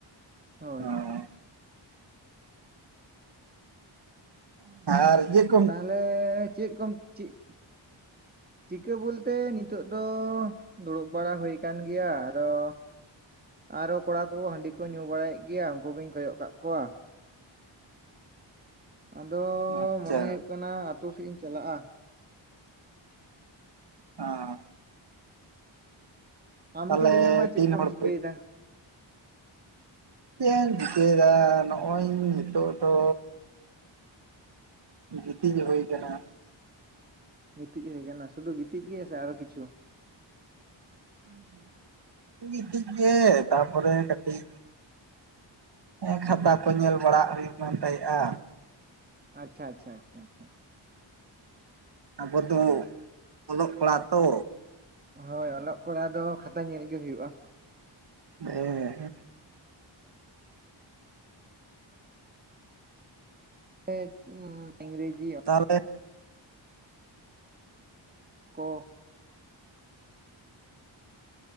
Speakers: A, on the right (about 20°); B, on the right (about 55°).
A: ᱦᱳᱭ
B: ᱚᱸᱻ᱾ ᱟᱨ ᱤᱡᱟᱹ
A: ᱛᱟᱦᱞᱮ ᱪᱮᱫ ᱠᱚᱢ ᱪᱤᱜ ᱪᱤᱠᱟᱹ ᱵᱚᱞᱛᱮ ᱱᱤᱛᱚᱜ ᱫᱚ ᱫᱩᱲᱩᱵ ᱵᱟᱲᱟ ᱦᱩᱭ ᱟᱠᱟᱱ ᱜᱮᱭᱟ ᱟᱨᱚ ᱟᱨᱚ ᱠᱚᱲᱟ ᱠᱚ ᱦᱟᱺᱰᱤ ᱠᱚ ᱧᱩ ᱵᱟᱲᱟᱭᱮᱫ ᱜᱮᱭᱟ ᱩᱱᱠᱩ ᱜᱤᱧ ᱠᱚᱭᱚᱜ ᱠᱟᱜ ᱠᱚᱣᱟ᱾ ᱟᱫᱚ
B: ᱟᱪᱪᱷᱟ
A: ᱢᱚᱱᱮ ᱦᱩᱭᱩᱜ ᱠᱟᱱᱟ ᱟᱛᱳ ᱥᱮᱜ ᱤᱧ ᱪᱟᱞᱟᱜᱼᱟ᱾
B: ᱦᱮᱸ
A: ᱟᱢᱜᱮ
B: ᱛᱟᱦᱚᱞᱮ
A: ᱞᱟᱹᱭ ᱢᱮ ᱢᱟ ᱪᱮᱫ
B: ᱛᱤᱱ
A: ᱠᱚᱢ
B: ᱦᱚᱲ
A: ᱪᱤᱠᱟᱹᱭᱮᱫᱟ
B: ᱠᱚ ᱪᱮᱫ ᱤᱧ ᱪᱤᱠᱟᱹᱭ ᱫᱟ ᱱᱚᱜᱼᱚᱭ ᱱᱤᱛᱚᱜ ᱫᱚ ᱜᱤᱛᱤᱡ ᱦᱩᱭ ᱠᱟᱱᱟ᱾
A: ᱜᱤᱛᱤᱡ ᱦᱩᱭ ᱟᱠᱟᱱᱟ ᱥᱩᱫᱷᱩ ᱜᱤᱛᱤᱡ ᱜᱮ ᱥᱮ ᱟᱨᱚ ᱠᱤᱪᱷᱩ?
B: ᱜᱤᱛᱤᱡ ᱜᱮ ᱛᱟᱯᱚᱨᱮ ᱠᱟᱹᱴᱤᱡ ᱦᱮᱸ ᱠᱷᱟᱛᱟ ᱠᱚ ᱧᱮᱞ ᱵᱟᱲᱟ ᱦᱩᱭᱩᱜ ᱠᱟᱱ ᱛᱟᱦᱮᱸᱫᱼᱟ
A: ᱟᱪᱪᱷᱟ ᱟᱪᱷᱟ ᱟᱪᱪᱷᱟ ᱟᱪᱪᱷᱟ᱾
B: ᱟᱵᱚ ᱫᱚ ᱚᱞᱚᱜ ᱠᱚᱲᱟ ᱛᱚ᱾
A: ᱦᱳᱭ ᱚᱞᱚᱜ ᱠᱚᱲᱟ ᱫᱚ ᱠᱷᱟᱛᱟ ᱧᱮᱞ ᱜᱮ ᱦᱩᱭᱩᱜᱼᱟ᱾
B: ᱦᱮᱸ᱾
A: <unintelligible> ᱩᱢ ᱤᱝᱨᱮᱡᱤ
B: ᱛᱟᱦᱚᱞᱮ
A: ᱠᱚ